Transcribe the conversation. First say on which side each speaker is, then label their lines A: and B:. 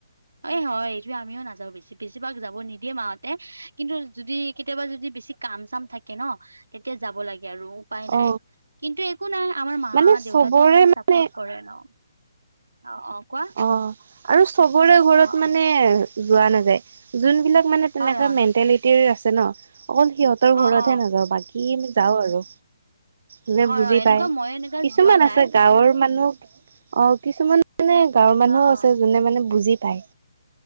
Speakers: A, on the right; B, on the right.
A: এ হয় এইটোৱে আমিও নাযাওঁ বেছি বেছিভাগ যাব নিদিয়ে মাঁহতে কিন্তু যদি কেতিয়াবা যদি বেছি কাম চাম থাকে ন'তেতিয়া যাব লাগে। আৰু উপায় নাই।
B: অ
A: কিন্তু একো নাই, আমাৰ মা
B: মানে
A: দেউতাটো
B: চবৰে
A: আছে
B: মানে
A: চাপৰ্ট কৰে ন'। অ অ কোৱা
B: অ' আৰু চবৰে ঘৰত
A: অ
B: মানে
A: অ
B: যোৱা নাযায়। যোনবিলাক মানে তেনেকা
A: হয় হয়
B: মেণ্টেলিটিৰ আছে ন', অকল সিহঁতৰ
A: অ
B: ঘৰত
A: অ
B: হে নাযাওঁ। বাকী যাওঁ আৰু, যোনে
A: হয়
B: বুজি
A: হয় এনেকুৱা
B: পায়।
A: মইয়ো এনেকা
B: কিছুমান
A: যোৱা যায়
B: আছে গাঁৱৰ মানুহ অ' কিছুমান মানে গাঁৱৰ মানুহো
A: অ অ
B: আছে, যোনে মানে বুজি পায়।